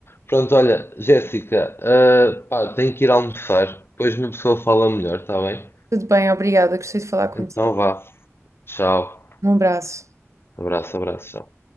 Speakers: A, on the left; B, on the right.
A: Pronto, olha, Jéssica, ah, pá, tenho que ir almoçar. Depois uma pessoa fala melhor, está bem?
B: Tudo bem, obrigada, gostei de falar contigo.
A: Então vá. Tchau.
B: Um abraço.
A: Abraço, abraço, tchau.